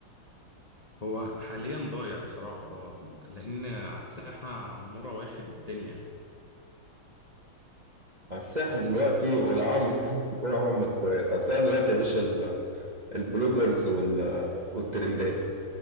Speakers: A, on the left (about 75°); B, on the right (about 35°).
A: هو حاليا ضايع بصراحة اه لان على الساحة عمورة واخد الدنيا
B: على الساحة دلوقتي ولا عمرو <laughs> ولا محمد فؤاد على الساحة دلوقتي يا باشا ال- البلوجرز وال... والترندات